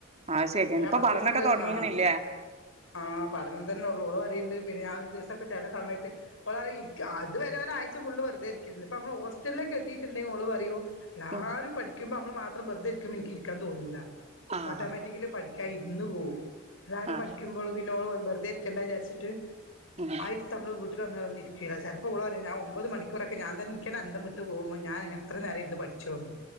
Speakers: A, on the right; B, on the left.
A: അത് ശരിയാണ്
B: പിന്നെ
A: ഇപ്പൊ
B: പത്തുസംങ്ക്
A: പഠനൊക്കെ തുടങ്ങീണില്ലേ
B: ആഹ് ആഹ് പ അന്തൻതന്നെ ഒള്ളോ ഓളപറയ്ണ്ട് പിന്നെ ഞാ ഒരു ദിവസൊക്കെ ചെല സമയത്ത് ഓളറ്യ ഇര്ക്കാ അത് വരെ ഒരാഴ്ച്ച ഫുള്ള് വെർതെ ഇര്ക്കേര്ന്നു പ്പ അമ്മള് ഓസ് ചല്ലേക്കെത്തിറ്റ്ണ്ടെങ്കി ഓള് പറയു ല്ലാരു
A: ഉം
B: പഠിക്ക്യുമ്പ മ്മൾ മാത്രം ബർതെര്ക്ക്യുമ്പൻ ഇൻക്ക് ഇരിക്കാൻ തോന്നൂല
A: ആഹ്
B: ഓട്ടോമാറ്റിക്കലി പഠിക്ക്യാ ഇര്ന്ന് പോവും രാരും
A: ആഹ്
B: പഠിക്ക്യുമ്പോള് പിന്നെ ഓള് വെർതെ ക്ക്യണ്ട വിജാര്ച്ചിട്ട്
A: ഉം
B: ആയിര്ത്തമ്മള് വീട്ട്ല് വന്നാലൊന്ന് ഇര്ക്കില ചെലപ്പോ ഓള് പറയും ഞാ ഒമ്പത് മണിക്കൂറക്കെ ഞാൻതൻ ഇൻക്ക്യന്നന്തം വിടും ട്ട് പോകുമോ ഞാനൻങ്ങനെത്ര നേരം ഇര്ന്ന് പഠിച്ചോന്ന്